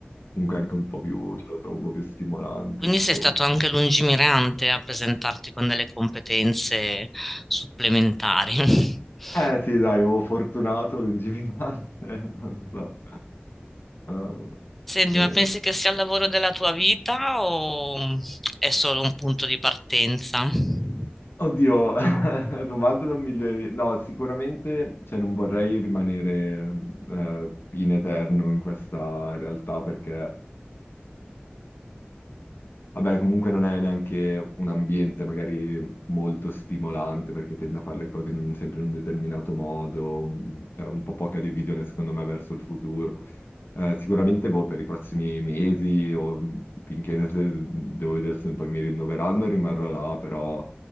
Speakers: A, on the left; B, in the centre.
A: comunque è anche un po' più, ce lo trovo un po' più stimolante,
B: Quindi
A: insomma.
B: sei stato anche lungimirante a presentarti con delle competenze supplementari. <laughs>
A: Eh sì, dai, oh, fortunato, lungimirante, <laughs> non so. Oh,
B: Senti,
A: eh,
B: ma pensi che sia il lavoro della tua vita o è solo un punto di partenza? Che
A: Oddio, <laughs> domanda da un milione di... No, sicuramente, cioè, non vorrei rimanere eh, in eterno in questa realtà perché Vabbè, comunque non è neanche un ambiente magari molto stimolante perché tende a fare le cose in un- sempre in un determinato modo, mm, cioè un po' poca di visione secondo me verso il futuro. Eh, sicuramente boh, per i prossimi mesi o finché se- devo vedere se poi mi rinnoveranno rimarrò là, però